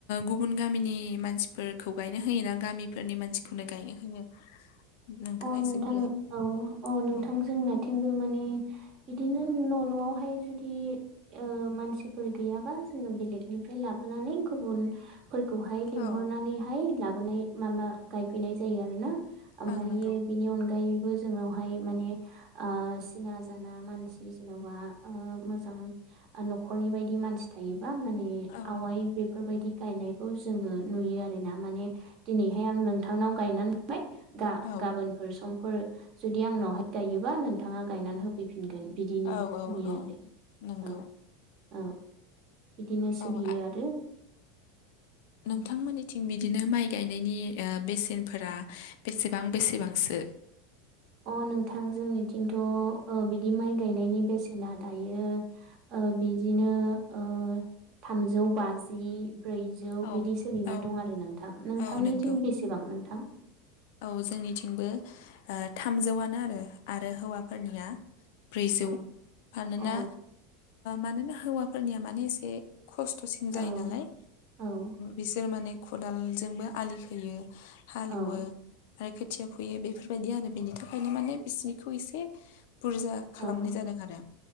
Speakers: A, on the left (about 65°); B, on the right (about 45°).
A: गुबुन गामिनि मानसि फोरखौ गायनो होयो ना गामिफोरनि मानसिखौनो गायनो होयो नोंथाङा
B: अ
A: एसे
B: नोंथां
A: बुंलाय
B: औ अ नोंथां
A: औ
B: जोंना थिंबो माने बिदिनो न' न'आवहाय जुदि मानसिफोर गैयाबा जोङो बेलेगनिफ्राय लाबोनानै गुबुन फोरखौहाय लिंहरनानैहाय
A: औ
B: लाबोनाय माबा गायफैनाय जायो आरो ना ओमफ्रायो
A: ओं नंगौ
B: बिनि अनगायैबो जोंनावहाय माने आ सिना जाना मानसि जेन'बा मोजां न'खरनि बायदि मानसि थायो बा माने
A: औ
B: आवाय बेफोरबायदि गायनायखौ जोङो नुयो आरोना माने दिनैहाय आं नोंथांनाव गायनानै
A: औ
B: गाबोन समफोर जुदि आंनावहाय गायोबा नोंथाङा गायनानै होब फैफिनगोन बिदिनि
A: औ औ
B: नुयो
A: औ
B: आरो
A: नंगौ
B: औ औ बिदिनो
A: औ
B: सोलियो आरो
A: नोंमोननिथिं बिदिनो माइ गायनायनि बेसेनफोरा बेसेबां बेसेबांसो
B: अ नोंथां जोंनिथिंथ' बि दि माइ गायनायनि बेसेना दायो बिदिनो ओ थामजौ बाजि ब्रैजौ
A: औ
B: बिदि सोलिनानै
A: औ
B: दं आरो नोंथां नोंथांनिथिं
A: औ नंगौ
B: बेसेबां नोंथां
A: औ जोंनिथिंबो थामजौआनो आरो आरो हौवाफोरनिया ब्रैजौ
B: औ
A: मानोना
B: औ
A: मानोना हौवाफोरनिया माने एसे खस्थ'सिन
B: औ
A: जायो नालाय
B: औ
A: बिसोर माने खदालजोंबो आलि खोयो हालेवो
B: औ
A: आरो खोथिया फोयो बेफोरबायदि आरो बेनि थाखायनो माने बिसिनिखौ एसे बुरजा खालामनाय
B: औ
A: जादों आरो